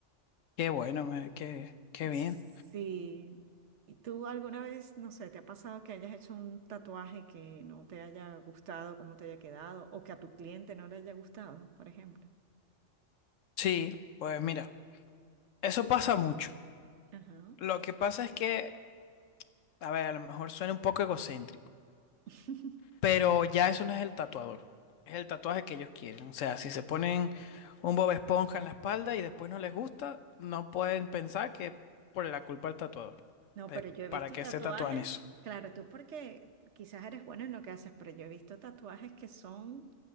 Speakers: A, on the left; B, on the right.
A: Qué bueno, me- qué, qué bien.
B: Sí. ¿Y tú alguna vez, no sé, te ha pasado que hayas hecho un tatuaje que no te haya gustado, cómo te haya quedado, o que a tu cliente no le haya gustado, por ejemplo?
A: Sí, pues mira, eso pasa mucho.
B: Ajá.
A: Lo que pasa es que, a ver, a lo mejor suena un poco egocéntrico,
B: <laughs>
A: pero ya eso no es el tatuador, es el tatuaje que ellos quieren. O sea, si se ponen un Bob Esponja en la espalda y después no les gusta, no pueden pensar que es por la culpa del tatuador.
B: No,
A: Es
B: pero yo he visto
A: para que
B: tatuajes,
A: se tatúan eso.
B: claro, tú porque quizás eres bueno en lo que haces, pero yo he visto tatuajes que son,